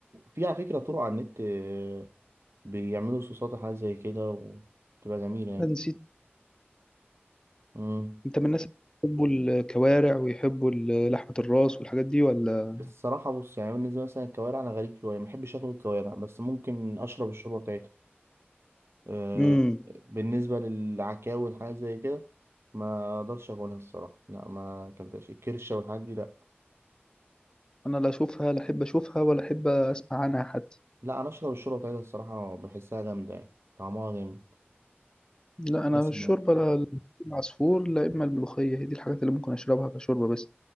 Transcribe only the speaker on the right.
في على فكرة طرق على النت آه، بيعملوا صوصات وحاجات زي كده وتبقى جميلة يعني
مم.
بس الصراحة بص يعني بالنسبة مثلا الكوارع أنا غريب شوية ما بحبش آكل الكوارع بس ممكن أشرب الشوربة بتاعتها أه
بالنسبة للعكاوي والحاجات زي كده ما أقدرش أكلها الصراحة لا ما أكلتهاش الكرشة والحاجات دي لا
لا أنا أشرب الشوربة بتاعتها الصراحة بحسها جامدة يعني طعمها جامد
دسمة